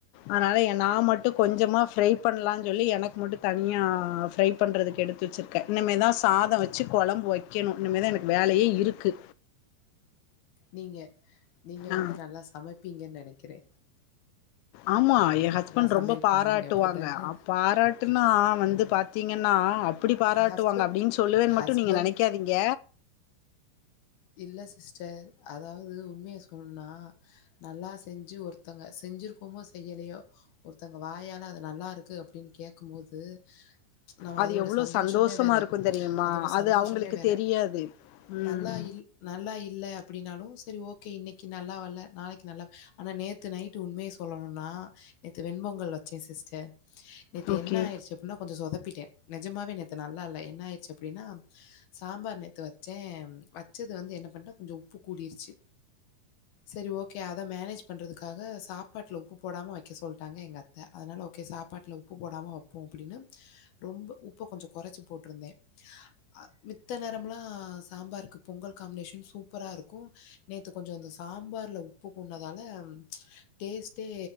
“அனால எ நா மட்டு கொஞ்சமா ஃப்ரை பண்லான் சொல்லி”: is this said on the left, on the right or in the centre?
Left